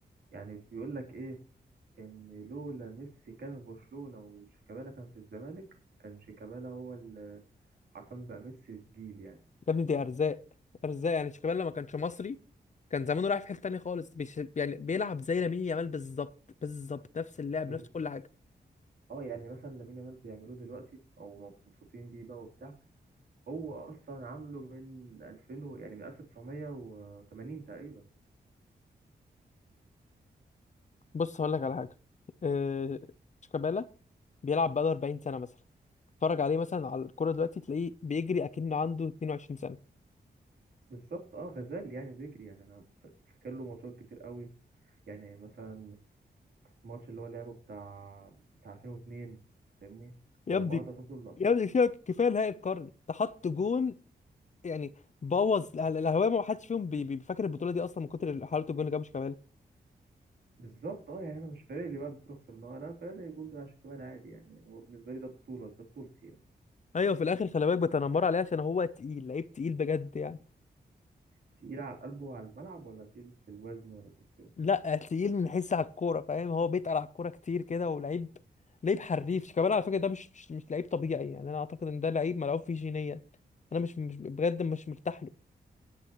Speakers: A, on the right (about 70°); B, on the left (about 45°).
A: يعني بيقول لك ايه ان لولا ميسي كان في برشلونة وشيكابالا كان في الزمالك كان شيكابالا هو اللي عارفين بقى ميسي الجيل يعني
B: يا ابني دي ارزاق ارزاق يعني شيكابالا لو ما كانش مصري كان زمانه رايح في حته تانيه خالص بيش... يعني بيلعب زي لامين يامال بالظبط بالظبط نفس اللعب
A: ب-
B: نفس كل حاجه
A: اه يعني مثلا لامين يامال بيعملوه دلوقتي او مبسوطين بيه بقى وبتاع هو اصلا عامله من 2000 و- يعني من 1980 تقريبا
B: بص هقول لك على حاجه آه، شيكابالا بيلعب بقاله 40 سنه مثلا اتفرج عليه مثلا على الكوره دلوقتي تلاقيه بيجري اكنه عنده 22 سنه
A: بالظبط اه غزال يعني بيجري يعني انا ف- فاكر له ماتشات كتير قوي يعني مثلا الماتش اللي هو لعبه بتاع بتاع 2002 فاهمني
B: يا
A: بقعد
B: ابني
A: اشوف له اللقطات
B: يا ابني
A: دي
B: فيها كفايه نهائي القرن ده حط جون يعني بوظ الأه- الاهواء ما حدش فيهم بي- بي- بيفكر البطوله دي اصلا من كتر حلاوه الجون اللي جابش كمان
A: بالظبط اه يعني انا مش فارق لي بقى البطوله خسرناها انا فارق الجون بتاع شيكابالا عادي يعني يعني هو بالنسبه لي ده بطوله ده بطولتي يعني
B: ايوه في الاخر خلي بالك بتنمر عليه عشان هو تقيل لعيب تقيل بجد يعني
A: تقيل على القلب وعلى الملعب ولا تقيل في الوزن ولا تقيل في إيه؟
B: لا تقيل من حيث على الكوره فاهم هو بيتقل على الكوره كتير كده ولعيب لعيب حريف شيكابالا على فكره ده مش مش مش لعيب طبيعي يعني انا اعتقد ان ده لعيب ملعوب فيه جينيا انا مش مش بجد مش مرتاح له